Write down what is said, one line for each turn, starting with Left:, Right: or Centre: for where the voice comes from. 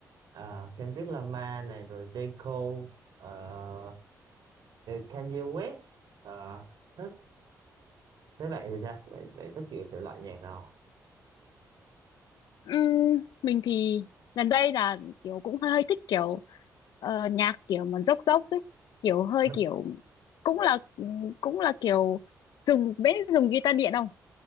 Right: ờ, Kendrick Lamar này rồi J. Cole ờ, Kanye West ờ, <laughs> thế bạn thì sao bạn, bạn thích kiểu thể loại nhạc nào
Left: Ừm, mình thì gần đây là kiểu cũng hơi, hơi thích kiểu ờ, nhạc kiểu mà dốc dốc ấy kiểu hơi
Right: <laughs>
Left: kiểu cũng là cũng là kiểu dùng biết dùng guitar điện không